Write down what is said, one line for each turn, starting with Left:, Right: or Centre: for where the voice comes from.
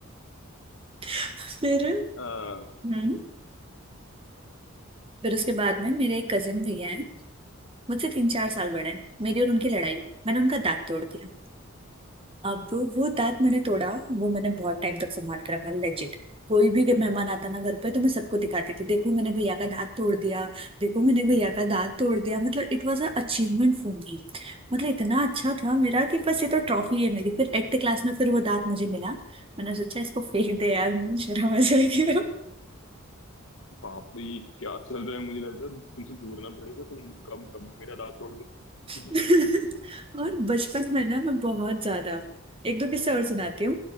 Right: <laughs> फिर
Left: अ, हम्म,
Right: हम्म फिर उसके बाद में मेरे एक कजिन भैया हैं मुझसे तीन चार साल बड़े हैं मेरी और उनकी लड़ाई हुई। मैंने उनका दांत तोड़ दिया अब वो दांत मैंने तोड़ा वो मैंने बहुत टाइम तक संभाल के रखा लेजिट कोई भी मेहमान आता ना घर पे तो मैं सबको दिखाती थी देखो मैंने भैया का दांत तोड़ दिया देखो मैंने भैया का दांत तोड़ दिया मतलब it was a achievement for me मतलब इतना अच्छा था मेरा कि बस ये तो ट्रॉफी है मेरी फिर एट्थ क्लास में फिर वो दांत मुझे मिला मैंने सोचा इसको फेंक दे यार मुझे शर्म आ जाएगी
Left: बाप रे ये क्या चल रहा है मुझे लग रहा है तुमसे दूर ना पड़ेगा तुम कब कब मेरा दांत तोड़ दो
Right: <laughs>
Left: <laughs>
Right: और बचपन में ना मैं बहुत ज्यादा एक दो किस्से और सुनाती हूँ